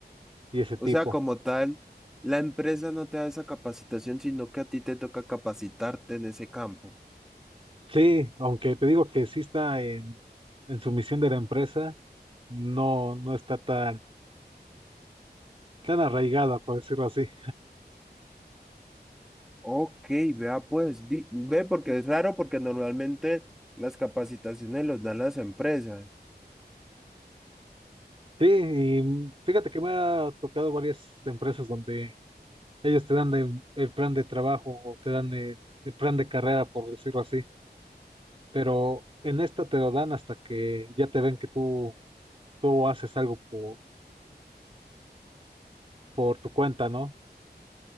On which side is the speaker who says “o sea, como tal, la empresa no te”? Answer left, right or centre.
Centre